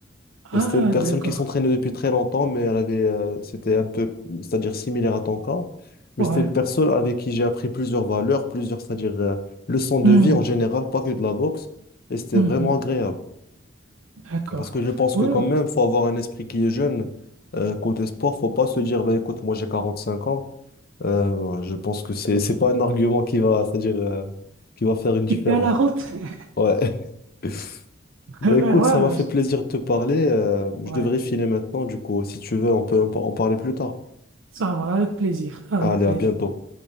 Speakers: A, on the right (about 80°); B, on the left (about 50°).
A: Ah,
B: et c'était une personne
A: d'accord.
B: qui s'entraînait depuis très longtemps, mais elle avait, euh, c'était un peu, c'est-à-dire similaire à ton cas. Mais
A: Ouais.
B: c'était une personne avec qui j'ai appris plusieurs valeurs, plusieurs, c'est-à-dire euh, leçons de
A: Mhm,
B: vie en général, pas que de la boxe. Et c'était
A: mhm.
B: vraiment agréable.
A: D'accord.
B: Parce que je pense
A: Oui,
B: que quand
A: oui.
B: même, faut avoir un esprit qui est jeune. Euh, côté sport, faut pas se dire, bah, écoute, moi j'ai 45 ans. Euh, ouais, je pense que c'est, c'est pas un argument qui va, c'est-à-dire, euh, qui va faire une différence.
A: Tu tiens la route. <laughs>
B: Ouais. <laughs> Bah
A: Ouais,
B: écoute,
A: ouais,
B: ça m'a
A: ouais.
B: fait
A: je-
B: plaisir de te parler. euh, je
A: ouais.
B: devrais filer maintenant, du coup. Si tu veux, on peut en par- en parler plus tard.
A: Ça va, avec plaisir. Avec
B: Allez,
A: plaisir.
B: à bientôt.